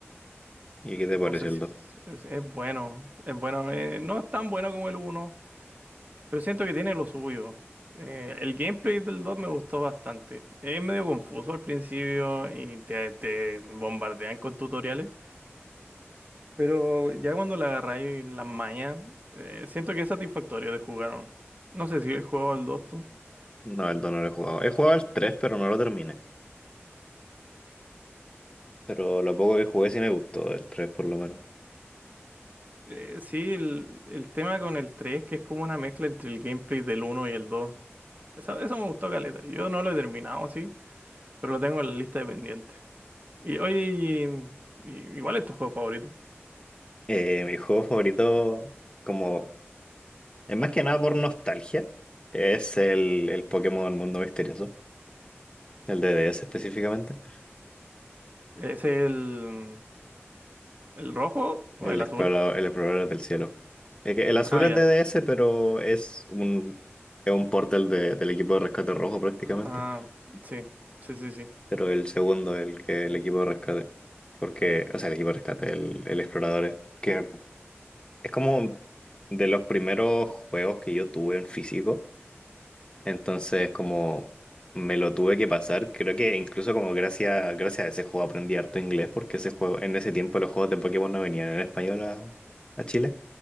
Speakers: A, on the left; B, on the right.
A: ¿Y qué te pareció
B: No sé
A: el
B: si
A: dos
B: es, es bueno, es bueno, eh, no es tan bueno como el uno Pero siento que tiene lo suyo. Eh, el gameplay del 2 me gustó bastante. Es medio confuso al principio y te, te bombardean con tutoriales. Pero ya cuando le agarráis las mañas, eh, siento que es satisfactorio de jugar. No sé si he jugado al 2 tú.
A: No, el dos no lo he jugado. He jugado el 3 pero no lo terminé. Pero lo poco que jugué sí me gustó, el 3 por lo menos.
B: Eh, sí, el, el tema con el 3 que es como una mezcla entre el gameplay del uno y el dos Esa- Eso, me gustó caleta. Yo no lo he terminado, sí, pero lo tengo en la lista de pendientes. Y oye, y- y- igual es tu juego favorito.
A: Eh, mi juego favorito, como, es más que nada por nostalgia, es el, el Pokémon Mundo Misterioso, el de DS específicamente,
B: Es el. ¿El rojo
A: el
B: o el
A: explorador,
B: azul?
A: el explorador del cielo. Es que El, azul
B: Ah,
A: es
B: ya.
A: de DS, pero es un, es un port del, de- del equipo de rescate rojo prácticamente,
B: Ah, sí, sí, sí, sí.
A: pero el segundo, el que el equipo de rescate, porque, o sea, el equipo de rescate, el, el explorador, es- que es como de los primeros juegos que yo tuve en físico. Entonces, como me lo tuve que pasar, creo que incluso como gracias, gracias a ese juego aprendí harto inglés, porque ese juego, en ese tiempo los juegos de Pokémon no venían en español a, a Chile.